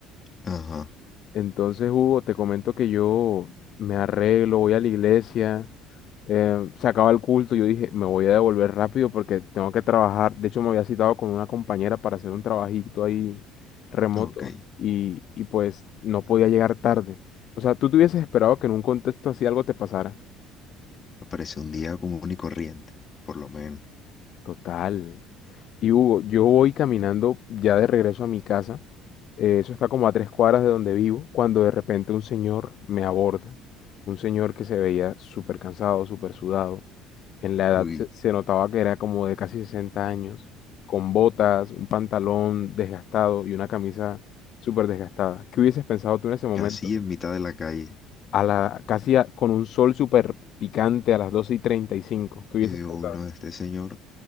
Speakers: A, on the left; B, on the left.
A: Ajá,
B: Entonces, Hugo, te comento que yo me arreglo, voy a la iglesia, eh, se acaba el culto, yo dije, me voy a devolver rápido porque tengo que trabajar. De hecho, me había citado con una compañera para hacer un trabajito ahí remoto
A: ok.
B: y, y pues no podía llegar tarde. O sea, tú te hubieses esperado que en un contexto así algo te pasara.
A: Me parece un día común y corriente, por lo menos.
B: Total. Y Hugo, yo voy caminando ya de regreso a mi casa. eh, eso está como a tres cuadras de donde vivo, cuando de repente un señor me aborda. Un señor que se veía súper cansado, súper sudado. En la edad
A: Uy,
B: se, se notaba que era como de casi 60 años, con botas, un pantalón desgastado y una camisa súper desgastada. ¿Qué hubieses pensado tú en ese momento?
A: casi en mitad de la calle.
B: A la, casi a- con un sol súper picante a las doce y treinta y cinco ¿Qué hubieses
A: Yo digo,
B: pensado?
A: uy, no, este señor